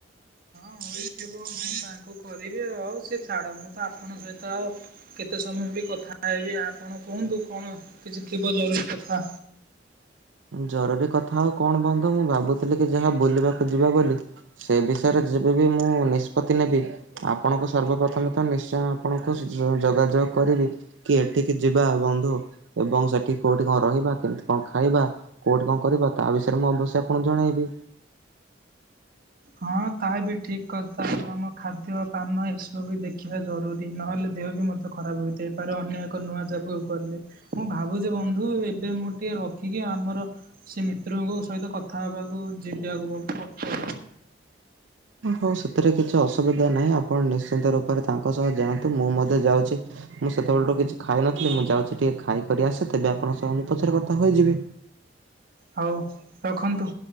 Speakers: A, on the right; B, on the right.
A: ହଁ ହୋଇଥିବ ମୁଁ ତାଙ୍କୁ କରିବି ଆଉ ସେ ଛାଡ ମୁଁ ତ ଆପଣଙ୍କ ସହିତ ଆଉ କେତେ ସମୟ ବି କଥା ହେବି ଆପଣ କୁହନ୍ତୁ କଣ କିଛି ଥିବ ଜରୁରୀ କଥା
B: ଜରୁରୀ କଥା ଆଉ କଣ ବନ୍ଧୁ ମୁଁ ଭାବୁଥିଲି କି ଯାହା ବୁଲିବାକୁ ଯିବା ବୋଲି ସେ ବିଷୟରେ ଯେବେ ବି ମୁଁ ନିଷ୍ପତ୍ତି ନେବି ଆପଣଙ୍କୁ ସର୍ବପ୍ରଥମେ ତ ନିଶ୍ଚୟ ଆପଣଙ୍କୁ ଯୋଗାଯୋଗ କରିବି କି ଏଠିକି ଯିବା ବନ୍ଧୁ ଏବଂ ସେଠି କୋଉଠି କଣ ରହିବା କେମିତି କଣ ଖାଇବା। କୋଉଠି କଣ କରିବା ତା ବିଷୟରେ ମୁଁ ଅବଶ୍ୟ ଆପଣଙ୍କୁ ଜଣେଇବି।
A: ହଁ ତାହା ବି ଠିକ୍ କଥା ଆମ ଖାଦ୍ୟ ପାନ ଏସବୁ ବି ଦେଖିବା ଜରୁରୀ ନହେଲେ ଦେହ ବି ମଧ୍ୟ ଖରାପ ହୋଇଥାଇପାରେ ଅନ୍ୟ ଏକ ନୂଆ ଯାଗାକୁ ଗଲେ ମୁଁ ଭାବୁଛି ବନ୍ଧୁ ଏବେ ମୁଁ ଟିକେ ରଖିକି ଆମର ସେ ମିତ୍ରଙ୍କ ସହିତ କଥା ହେବାକୁ ଯିବାକୁ ପଡିବ
B: ହଉ ସେଥିରେ କିଛି ଅସୁବିଧା ନାହିଁ ଆପଣ ନିଶ୍ଚିନ୍ତ ରୂପରେ ତାଙ୍କ ସହ ଯାଆନ୍ତୁ ମୁଁ ମଧ୍ୟ ଯାଉଛି ମୁଁ ସେତେବେଳଠୁ କିଛି ଖାଇନଥିଲି ମୁଁ ଯାଉଛି ଟିକେ ଖାଇକରି ଆସେ ତେବେ ଆପଣଙ୍କ ସହ ମୁଁ ପଛରେ କଥା ହୋଇଯିବି।
A: ହଉ ରଖନ୍ତୁ।